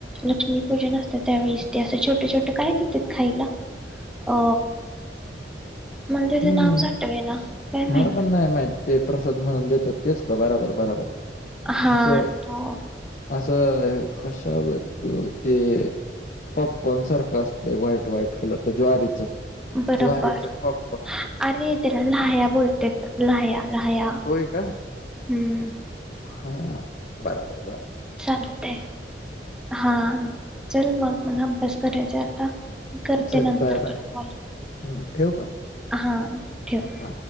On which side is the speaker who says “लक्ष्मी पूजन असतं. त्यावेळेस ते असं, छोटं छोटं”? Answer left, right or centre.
Centre